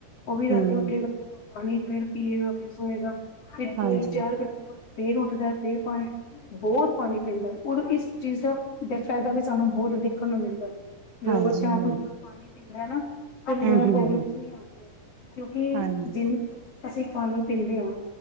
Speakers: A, on the left; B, on the right.
A: ਉਹ ਵੀ ਰਾਤੀ
B: ਹੂੰ,
A: ਉੱਠੇਗਾ ਪਾਣੀ ਫਿਰ ਪੀਏਗਾ, ਫਿਰ ਸੋਏਗਾ ਫਿਰ
B: ਹਾਂਜੀ,
A: ਤਿੰਨ ਚਾਰ ਘੰਟੇ ਬਾਅਦ ਫਿਰ ਉੱਠਦਾ ਫਿਰ ਪਾਣੀ ਬਹੁਤ ਪਾਣੀ ਪੀਂਦਾਔਰ ਇਸ ਚੀਜ਼ ਦਾ ਫਾਇਦਾ ਵੀ ਸਾਨੂੰ ਬਹੁਤ ਦੇਖਣ ਨੂੰ ਮਿਲਦਾ ਹੈ, ਜਦੋਂ
B: ਹਾਂਜੀ,
A: ਬੱਚਾ
B: ਹੂੰ,
A: ਆਪ ਪਾਣੀ ਪੀਂਦਾ ਨਾ ਓਨੂੰ ਕਦੀ
B: ਹੂੰ, ਹੂੰ,
A: ਪਰੋਬਲਮ
B: ਹੂੰ,
A: ਨਈਂ ਆਉਂਦੀ ਕਿਉਂਕਿ
B: ਹਾਂਜੀ,
A: ਜਿੰ ਅਸੀਂ ਪਾਣੀ ਪੀਂਦੇ ਆ